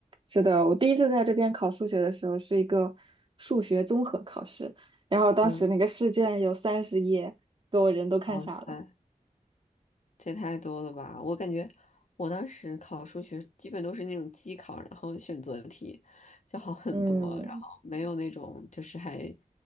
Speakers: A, on the right (about 35°); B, on the left (about 55°).
A: 是的，我第一次在这边考数学的时候是一个数学综合考试，然后当时那个试卷有三十页，
B: 嗯。
A: 给我人都看傻了。
B: 哇塞，这太多了吧！我感觉我当时考数学基本都是那种机考，然后选择题就好很多，
A: 嗯。
B: 然后没有那种就是还